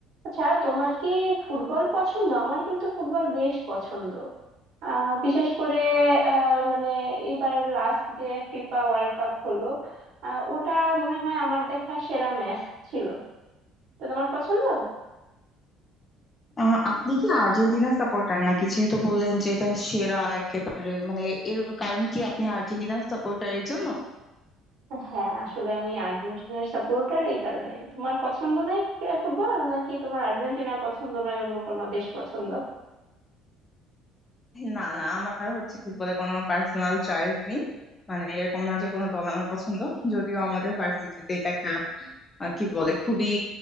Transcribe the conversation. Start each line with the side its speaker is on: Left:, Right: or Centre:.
Right: আচ্ছা তোমার কি ফুটবল পছন্দ আমার কিন্তু ফুটবল বেশ পছন্দ আহ বিশেষ করে আহ মানে এবারের লাস্ট যে ফিফা ওয়ার্ল্ড কাপ হলো আহ ওটা মনে হয় আমার দেখা সেরা ম্যাচ ছিল তো তোমার পছন্দ
Left: আহ, আপনি কি Argentina supporter নাকি যেহেতু বললেন যে এটা সেরা একেবারে মানে এর কারণ কি আপনি আর্জেন্টিনা সাপোর্টারের জন্য
Right: হ্যাঁ আসলে আমি আর্জেন্টিনার সাপোর্টার এই কারণে তোমার পছন্দ নয় ফুটবল নাকি তোমার আর্জেন্টিনা পছন্দ নয় অন্য কোনো দেশ পছন্দ
Left: না না আমার হচ্ছে ফুটবলে কোনো পার্সোনাল চয়েস নেই মানে এরকম না যে কোনো দল আমার পছন্দ যদিও আমাদের ভার্সিটিতে এটা একটা আহ, কি বলে খুবই